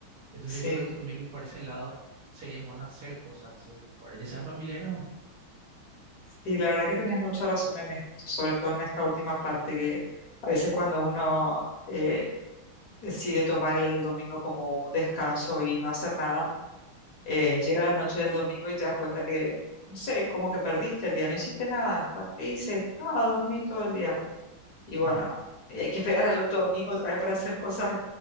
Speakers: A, on the right; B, on the left.
A: Entonces
B: Sí.
A: yo creo que también por ese lado sería bueno hacer cosas ese domingo, ¿verdad? Ya sean familiares o no.
B: Sí, la verdad que tenés mucha razón en esto, sobre todo en esta última parte, que a veces cuando uno eh, decide tomar el domingo como un descanso y no hacer nada, eh, llega la noche del domingo y te das cuenta que, no sé, como que perdiste el día, no hiciste nada. O sea, ¿qué hice? Nada, dormí todo el día. Y bueno,
A: Ujú,
B: y hay que esperar al otro domingo otra vez para hacer cosas